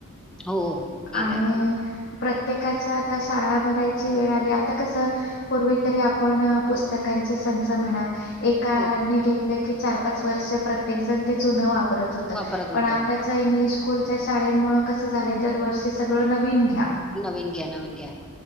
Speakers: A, in the centre; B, on the left.
A: हो
B: आणि
A: गेलाय खरं
B: प्रत्येकाच्या आता शाळा भरायची वेळ आली, आता कसं पूर्वी तरी आपण पुस्तकांचे सं म्हणा एकाने
A: हो
B: घेतलं की चार पाच वर्ष प्रत्येक जण ते जुन वाप परत होत
A: वापरत होतो
B: पण आताच्या इंग्लिश स्कूलच्या शाळेमूळ कसं झालाय दर वर्षी कस सगळं नवीन घ्या.
A: नवीन घ्या नवीन घ्या.